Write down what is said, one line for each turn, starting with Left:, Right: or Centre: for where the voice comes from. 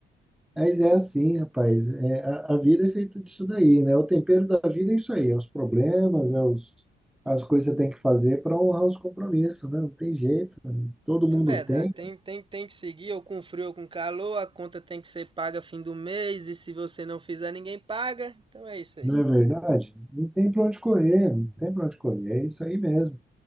Centre: mas é assim, rapaz. É, a, a vida é feita disso daí, né? O tempero da vida é isso aí, é os problemas, é os, as coisas que você tem que fazer para honrar os compromissos, né? Não tem jeito, né? todo
Right: É
Centre: mundo
Right: verdade,
Centre: tem,
Right: tem, tem, tem que seguir, ou com frio ou com calor, a conta tem que ser paga fim do mês, e se você não fizer, ninguém paga, então é isso aí.
Centre: não é verdade? Não tem para onde correr, não tem para onde correr, é isso aí mesmo.